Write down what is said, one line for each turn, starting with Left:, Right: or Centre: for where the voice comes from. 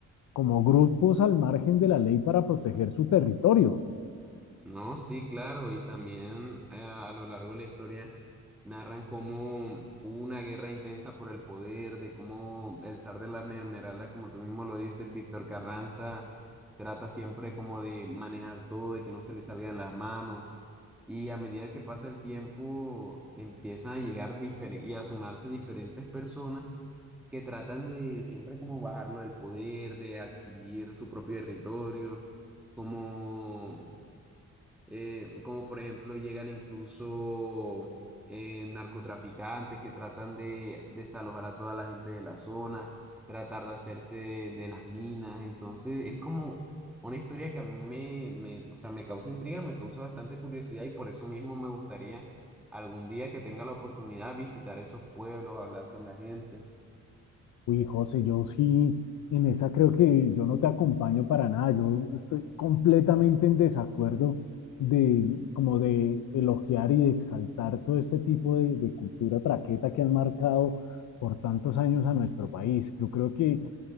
Left: como grupos al margen de la ley para proteger su territorio.
Centre: No, sí, claro, y también eh, a lo largo de la historia narran cómo hubo una guerra intensa por el poder, de cómo el zar de las mermeladas, como tú mismo lo dices, Víctor Carranza, trata siempre como de manejar todo, de que no se le salgan las manos, y a medida que pasa el tiempo empiezan a llegar difere- y a sumarse diferentes personas que tratan de siempre como bajarlo del poder, de adquirir su propio territorio como eh, como por ejemplo llegan incluso eh, narcotraficantes que tratan de desalojar a toda la gente de la zona, tratar de hacerse de las minas, entonces es como una historia que a mí me, me, o sea, me causa intriga, me causa bastante curiosidad y por eso mismo me gustaría algún día que tenga la oportunidad visitar esos pueblos, hablar con la gente.
Left: Uy, José, yo sí, en esa creo que yo no te acompaño para nada. Yo estoy completamente en desacuerdo de como de elogiar y de exaltar todo este tipo de, de cultura traqueta que han marcado por tantos años a nuestro país. Yo creo que